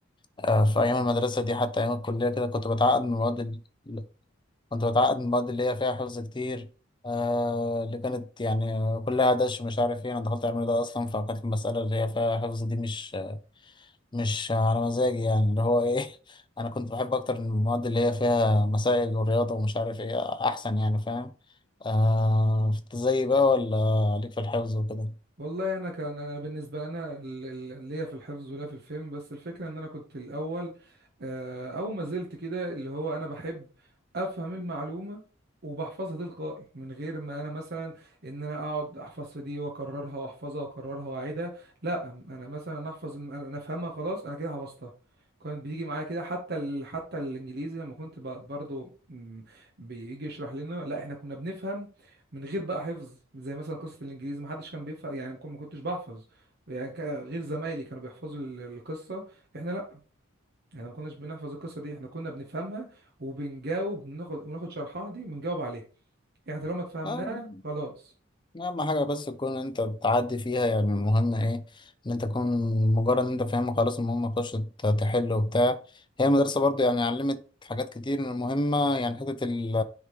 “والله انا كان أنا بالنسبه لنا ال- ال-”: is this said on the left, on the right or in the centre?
Right